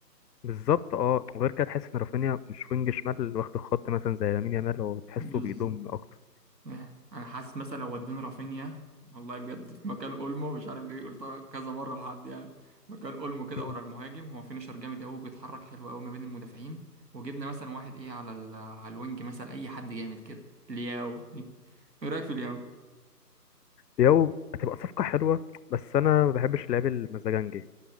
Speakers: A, on the left (about 75°); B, on the right (about 80°).
A: بالظبط اه وغير كده تحس ان رافينيا مش وينج شمال اللي واخد الخط مثلا زي لامين يامال هو تحسه
B: بالظبط
A: بيضم اكتر
B: إيه، انا حاسس مثلا لو ودينا رافينيا والله بجد في مكان اولمو مش عارف ليه قلتها كذا مره لحد يعني مكان اولمو كده
A: مم.
B: ورا المهاجم هو فينيشر جامد قوي بيتحرك حلو قوي ما بين المدافعين وجبنا مثلا واحد ايه على ال... على الوينج مثلا اي حد جامد كده لياو ايه رايك في لياو
A: يو هتبقى صفقه حلوه بس انا ما بحبش اللعيب المزاجنجي